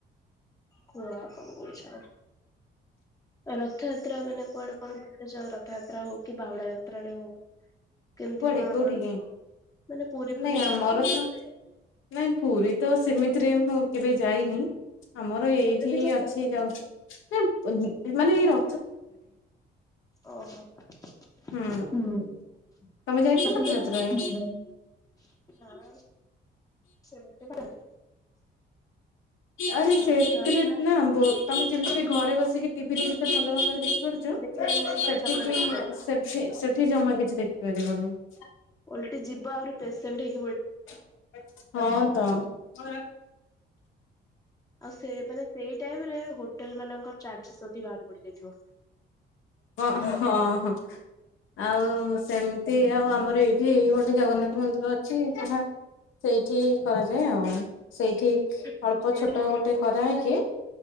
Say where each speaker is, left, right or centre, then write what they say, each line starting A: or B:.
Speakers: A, on the left; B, on the left.
A: କୁହ ଆଉ କଣ କଉଛ ରତ୍ ଥଯାତ୍ରା ମାନେ କୁଆଡୁ କଣ ବୁଲିଛ ରତ୍ ତାତ୍ରା ହଉ କି ବାହୁଡା ଯାତ୍ରା ରେ ହଉ କେମିତି
B: କୁଆଡେ
A: କଣ
B: କୋଉଠିକି
A: କର ମାନେ ପୁରୀ ଫୁରୀ
B: ନେଇ ଆମର
A: ଯାଅ ନା
B: ତ
A: ମାନେ
B: ନାଇ ପୁରୀ
A: କଣ
B: ତ ସେମିତିରେ ମୁଁ କେବେ ଯାଇନି ଆମର ଏଇଠି
A: କେବେ ବି ଯାଇନ?
B: ଅଛି <unintelligible> ଇ ମାନେ ର
A: <inaudible> ଅ ହ ଉଁ
B: ହୁଁ ତମେ ଯାଇଛ ରଥଯାତ୍ରାରେ?
A: <inaudible>
B: ଆରେ ସେ
A: ରଥଯାତ୍ରା
B: ଭିତ୍ରେତ୍ ନା ବଉତ୍ ତମେ ଯମେତିରେ ଘରେ ବସିକି ଟିଭି ଦେଖିଛ ଭଲ ଭାବରେ ଦେଖି କରୁଛୁ
A: ଦେଖିବାର ସେଠି
B: ସେଠିକିଇଁ
A: ଜମା ଦେଖିପାରିବନି।
B: ସେଠି ସେଠି ଜମା କିଛି ଦେଖିପାରିବନି ଛାଆ
A: ଓଲଟି ଯିବା ଆଉରି ପେସେଣ୍ଡ୍ ହେଇ
B: ହେତ୍ ହଁ ତ <inaudible>
A: ଆଉ ସେବେନେ ସେଇ ଟାଇମ୍ ଏ ହଟେଲ ମାନଙ୍କର ଚାର୍ଜ ସତି ବାହାରି ପଡି ଯୁ
B: ହଁ ହ ଆଉ ସେମିତି। ଏ ଆଉ ଆମର ଏଇଠି ଗୋଟେ ଜଗନ୍ନାଥ ମନ୍ଦିର ଅଛି ଯାହା ସେଇ। ସେଠି କରାଯାଏ ଆଉ ସେଇଠି
A: ମୋର
B: ଅଳ୍ପ
A: ସେଇଆ
B: ଛୋଟ ଗୋଟେ କରାହଇକ